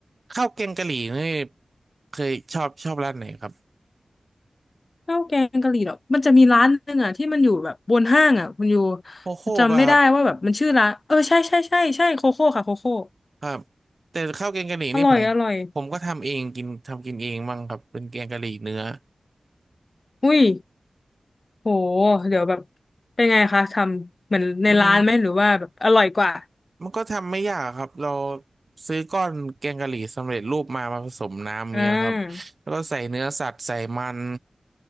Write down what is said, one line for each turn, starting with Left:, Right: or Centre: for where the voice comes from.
Right: ข้าวแกงกะหรี่นี่เคยชอบชอบร้านไหนครับ
Left: ข้าวแกงกะหรี่หรอกมันจะมีร้านหนึงอ่ะที่มันอยู่แบบบนห้างอ่ะคุณอยู่
Right: โคโค่ป่ะครับ
Left: จำไม่ได้ว่าแบบมันชื่อร้านเออใช่ใช่ใช่ใช่โคโค่ค่ะโคโค่
Right: ครับแต่ข้าวแกงกะหรี่นี่ผม
Left: อร่อยอร่อย
Right: ผมก็ทำเองกินทำกินเองบ้างครับเป็นแกงกะหรี่เนื้อ
Left: อุ้ยโหเดี๋ยวแบบเป็นไงคะทำเหมือนในร้านไหมหรือว่าแบบอร่อยกว่า
Right: มัน มันก็ทำไม่ยากครับเราซื้อก้อนแกงกะหรี่สำเร็จรูปมามาผสมน้ำเงี้ยครับแล้วก็ใส่เนื้อสัตว์ใส่มัน
Left: อ่า